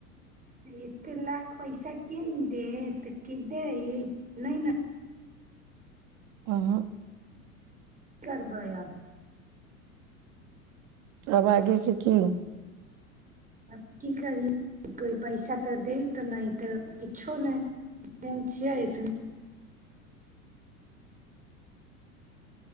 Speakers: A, on the right; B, on the right.
A: एते लाख पैइसा के देत के दैत नहि ने।
B: अहॅं।
A: की करबै आब?
B: आब आगे के की होत?
A: आब की करी कोइ पैइसा तऽ दैत नहि तऽ किछो नहि। केहन छियै स